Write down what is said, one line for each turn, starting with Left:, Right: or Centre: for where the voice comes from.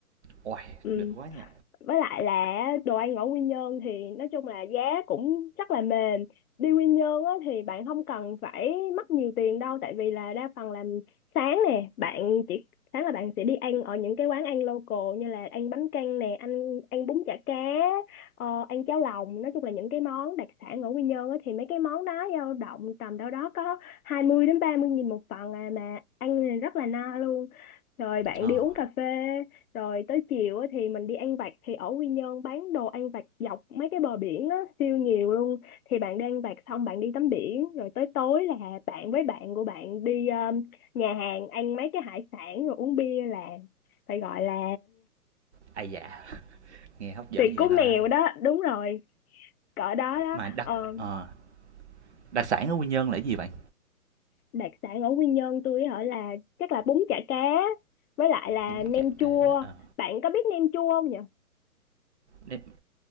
Right: Uầy,
Left: ừ
Right: được quá nhỉ!
Left: với lại là đồ ăn ở Quy Nhơn thì nói chung là giá cũng rất là mềm đi Quy Nhơn á, thì bạn không cần phải mất nhiều tiền đâu tại vì là đa phần làm sáng nè bạn chỉ sáng là bạn sẽ đi ăn ở những cái quán ăn local như là ăn bánh căn nè ăn ăn bún chả cá ờ, ăn cháo lòng nói chung là những cái món đặc sản ở Quy Nhơn á, thì mấy cái món đó dao động tầm đâu đó có 20 đến 30 nghìn một phần à mà ăn thì rất là no luôn rồi bạn
Right: Ờ,
Left: đi uống cà phê rồi tới chiều á thì mình đi ăn vặt thì ở Quy Nhơn bán đồ ăn vặt dọc mấy cái bờ biển á siêu nhiều luôn thì bạn đi ăn vặt xong bạn đi tắm biển rồi tới tối là bạn với bạn của bạn đi um, nhà hàng ăn mấy cái hải sản rồi uống bia là phải gọi là
Right: ai dạ nghe hấp dẫn
Left: tiệc của
Right: vậy ta?
Left: mèo đó đúng rồi cỡ đó đó
Right: Mà đặc
Left: Ờ,
Right: ờ, đặc sản ở Quy Nhơn là cái gì bạn?
Left: đặc sản ở Quy Nhơn tôi ở là chắc là bún chả cá với lại là
Right: Bún
Left: nem
Right: chả
Left: chua
Right: cá, ờ,
Left: bạn có biết nem chua không nhỉ
Right: nem